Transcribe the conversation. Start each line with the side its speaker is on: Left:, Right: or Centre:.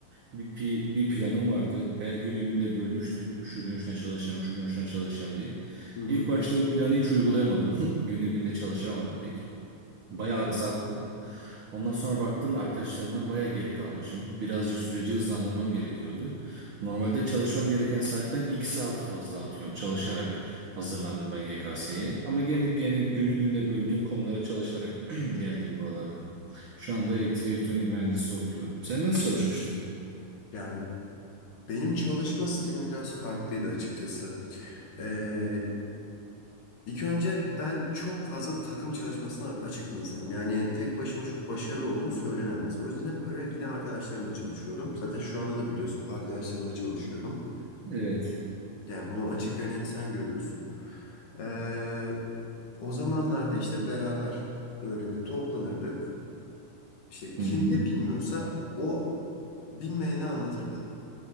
Right: bir, pi- bir planım vardı. Her günü günde bölmüştüm. Şu gün şuna çalışacağım, şu gün şuna çalışacağım diye.
Left: Hı hı.
Right: İlk başta bu planı hiç uygulayamadım. <laughs> Günü günde çalışamadım pek. Bayağı
Left: Evet.
Right: aksattım. Ondan sonra baktım arkadaşlarımdan bayağı geri kalmışım. Birazcık süreci hızlandırmam gerekiyordu. Normalde çalışmam gereken saatten 2 saat fazla atıyorum çalışarak hazırlandım ben YKS'ye. Ama gene, gene günü gününe böldüğüm konulara çalışarak <clears throat> geldim buralara. Şu anda elektrik elektronik mühendisliği okuyorum. Sen nasıl çalışmıştın?
Left: Yani benim çalışma stilim biraz farklıydı açıkçası. Ee, İlk önce ben çok fazla takım çalışmasına açık bir insanım. Yani tek başıma çok başarılı oldum söylenemez. O yüzden hep böyle yine arkadaşlarımla çalışıyordum. Zaten şu anda da biliyorsun hep arkadaşlarımla çalışıyorum.
Right: Evet.
Left: Yani bunu açık ve net sen görüyorsun. Ee, o zamanlarda işte beraber böyle bir toplanırdık. İşte kim
Right: Hı hı.
Left: ne bilmiyorsa o bilmeyene anlatırdı.